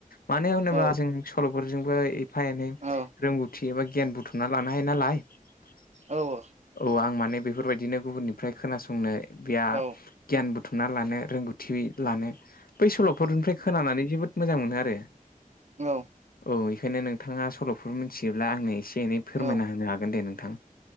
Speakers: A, on the left (about 85°); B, on the right (about 50°).
A: मानो होनोब्ला
B: औ
A: जों सल'फोरजोंबो एफा एनै
B: औ
A: रोंगौथि एबा गियान बुथुमना लानाय नालायो
B: औ
A: औ आं माने बेफोरबायदिनो गुबुननिफ्राय खोनासंनो गैया
B: औ
A: गियान बुथुमना लानो रोंगौथि लानो बै सल'फोरनिफ्राय खोनानानै जोबोद मोजां मोनो आरो।
B: औ।
A: औ इखायनो नोंथाङा सल'फोर मिथियोब्ला आंनो एसे एनै फोरमायना
B: औ
A: होनो हागोन दे नोंथां।